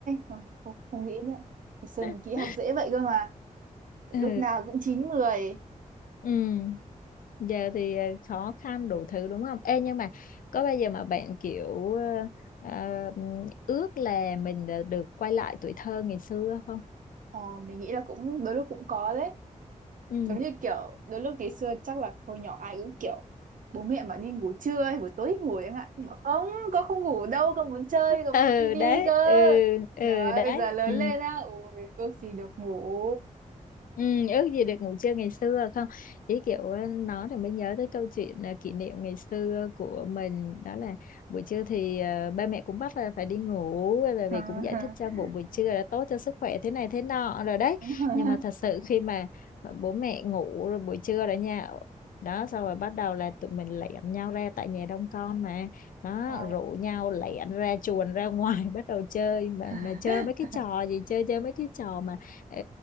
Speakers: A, on the right; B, on the left.
A: Ôi, không, không nghĩ nữa ngày xưa
B: <laughs>
A: mình nghĩ học dễ vậy cơ mà
B: ừ
A: lúc nào cũng 9 mười
B: ừ giờ thì ờ, khó khăn đủ thứ đúng không ê nhưng mà có bao giờ mà bạn kiểu ờ, ờ, ước là mình đã được quay lại tuổi thơ ngày xưa không
A: ờ, mình nghĩ là cũng đôi lúc cũng có đấy
B: ừ
A: giống như kiểu đôi lúc ngày xưa chắc là hồi nhỏ ai cũng kiểu bố mẹ mà đi ngủ trưa hay buổi tối thì ngủ chẳng hạn nhưng mà không con không ngủ đâu con muốn chơi con
B: ừ
A: muốn xem tivi
B: đấy
A: cơ
B: ừ ừ
A: đó
B: đấy
A: bây giờ lớn
B: ừ
A: lên á ôi ước gì được ngủ
B: Ừ, ước gì được ngủ trưa ngày xưa không ý kiểu ờ, nói thì mới nhớ tới câu chuyện ờ, kỷ niệm ngày xưa của mình đó là buổi trưa thì ờ, ba mẹ cũng bắt là phải đi ngủ bởi
A: <laughs>
B: vì cũng giải thích cho ngủ buổi trưa là tốt cho sức khỏe thế này thế nọ rồi đấy
A: Đúng rồi.
B: nhưng mà thật sự khi mà bố mẹ ngủ rồi buổi trưa rồi nha đó xong rồi bắt đầu là tụi mình lẻn nhau ra tại nhà đông con mà đó
A: Ờ.
B: rủ nhau lẻn ra chuồn ra ngoài <laughs> bắt đầu chơi mà
A: <laughs>
B: mà chơi mấy cái trò gì chơi chơi mấy cái trò mà ờ,